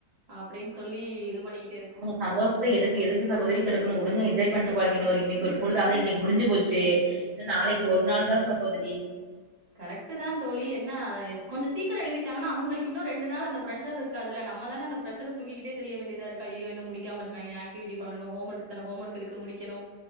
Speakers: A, on the right (about 25°); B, on the right (about 45°).
A: அப்டின் சொல்லி இது பண்ணிட்டே இருக்க
B: சந்தோஷ்த்த எடுக்கு எதுக்கு சகோதரி கெடுக்குணு உடுங்க என்ஜாய் பண்ட்டு போறாங்க இன்னோரு இன்னைக்கு ஒரு பொழுதுதாது இன்னிக் முடிஞ்சு போச்சு நாளைக்கு ஒரு நாள் தா சகோதரி
A: கரெக்ட் த தோழி என்ன கொஞ்ச சீக்கர எழுதிட்டாங்கனா அவுங்களுக்கு இன்னு ரெண்டு நாள் அந்த ப்ரஷருக் காதுல நம்ம தான அந்த பிரஷர தூக்கிகிட்டே திரிய வேண்டியதாருக்கு ஐய்யய்யோ இன்னு முடிக் கியாமர்காங்க ஆக்டிவிட்டி பண்ணணு ஹோம் ஒர்க் இத்தன ஹோமொர்க் இருக்கு முடிக்கிணு